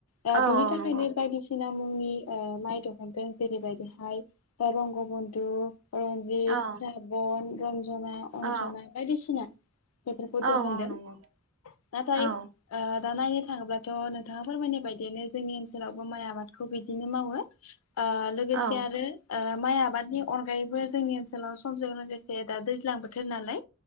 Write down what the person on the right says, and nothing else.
औ
औ
नंगौ
औ
औ
औ
औ नंगौ
औ
औ